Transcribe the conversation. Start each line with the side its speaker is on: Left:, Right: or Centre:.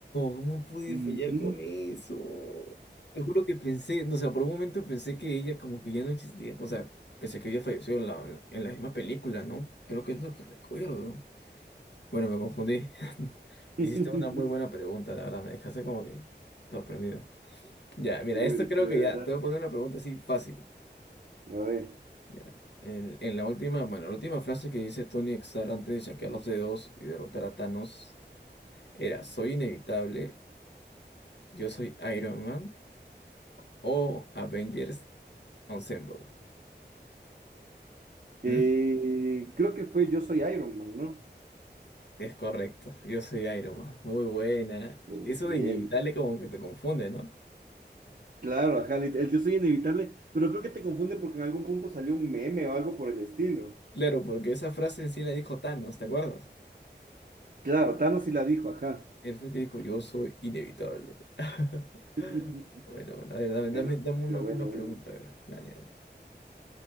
Left: ¿cómo pude
Right: Ujú.
Left: fallar con eso? Te juro que pensé, no, o sea, por un momento pensé que ella como que ya no existía, o sea, pensé que había fallecido en la, en la misma película, ¿no? Creo que es lo que recuerdo. Bueno, me confundí. <laughs> Hiciste
Right: <laughs>
Left: una muy buena pregunta, la verdad, me dejaste como que sorprendido. Ya, mira,
Right: Chévere,
Left: esto creo
Right: chévere,
Left: que
Right: ¿verdad?
Left: ya, te voy a poner una pregunta así fácil.
Right: A ver,
Left: Ya, en, en la última, bueno, la última frase que dice Tony Stark antes de chasquear los dedos y derrotar a Thanos era, soy inevitable, yo soy Iron Man. o Avengers Ensemble.
Right: eh,
Left: ¿Mm?
Right: creo que fue Yo soy Iron Man, ¿no?
Left: Es correcto, yo soy Iron Man. Muy buena.
Right: Bueno,
Left: Eso
Right: Bien,
Left: de inevitable
Right: bien.
Left: como que te confunde, ¿no?
Right: Claro, ajá, lit- el Yo soy inevitable, pero creo que te confunde porque en algún punto salió un meme o algo por el estilo.
Left: Claro, porque esa frase en sí la dijo Thanos, ¿te acuerdas?
Right: Claro, Thanos sí la dijo, ajá.
Left: Él fue el que dijo, yo soy inevitable. <laughs>
Right: <laughs>
Left: Bueno, bueno, a ver, dame, dame,
Right: Bueno,
Left: dame
Right: película,
Left: una,
Right: bueno,
Left: una
Right: bueno.
Left: pregunta, a ver. Dale, dale.